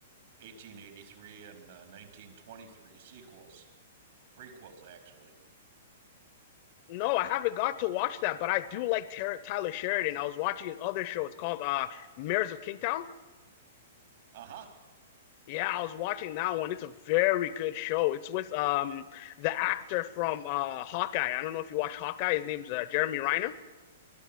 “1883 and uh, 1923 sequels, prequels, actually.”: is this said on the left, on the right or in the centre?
Right